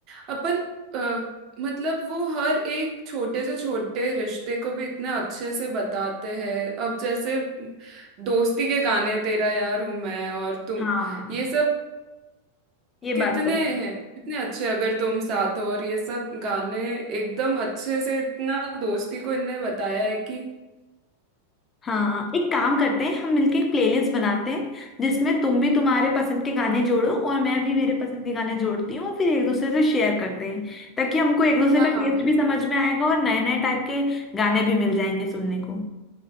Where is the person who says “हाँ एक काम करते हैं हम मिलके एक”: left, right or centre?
Left